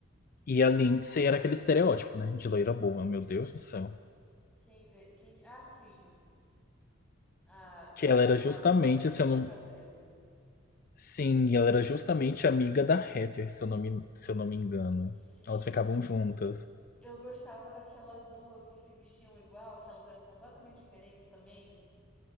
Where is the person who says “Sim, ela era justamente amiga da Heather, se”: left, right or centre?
Left